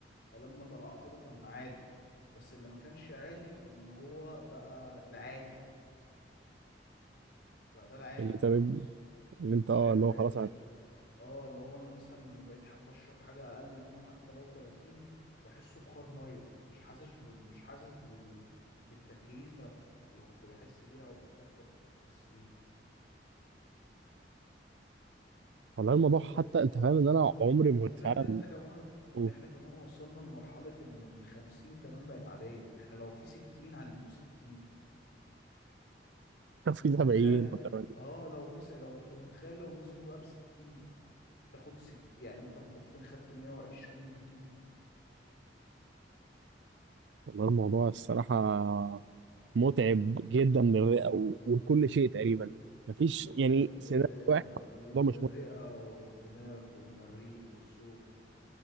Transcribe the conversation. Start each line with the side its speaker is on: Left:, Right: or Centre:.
Left: فلما طلعت له كان عادي بس اللي ما كانش عادي إن هو بقى العادي بقى ده العادي
Right: اللي أنت
Left: خلاص
Right: اللي أنت
Left: فاهم
Right: أه اللي
Left: بقيت
Right: هو خلاص
Left: أشرب
Right: أنا
Left: اه اللي هو انا مثلا لما بقيت حابب اشرب حاجه اقل منه حتى لو 30 بحسه بخار ميه مش حاسس ب... مش حاسس بال... بالتكييفه اللي كنت بحس بيها او بالخبطه اللي كنت بحس بيها
Right: والله الموضوع حتى
Left: خلاص
Right: أنت فاهم إن
Left: بقى
Right: أنا عمري
Left: والمشكلة
Right: ما كنت فعلا
Left: ان انت كمان ان
Right: بقول.
Left: احنا كمان وصلنا لمرحلة ان الخمسين كمان بقت عادية احنا لو في ستين هنجيبه ستين
Right: <laughs> طب في 70
Left: انت تخيل
Right: و80
Left: اه لو في س... لو انت متخيل لو نزلوا بقى بستين تاخد ست يعني انت ببفين خدت 120 نيكوتين
Right: والله الموضوع الصراحة متعب جدا للرئة و- ولكل شيء تقريبا مفيش
Left: ده متعب
Right: يعني
Left: للرئة
Right: سيناريو واحد الموضوع
Left: للرئة
Right: مش متعب
Left: والدماغ والمريء والزور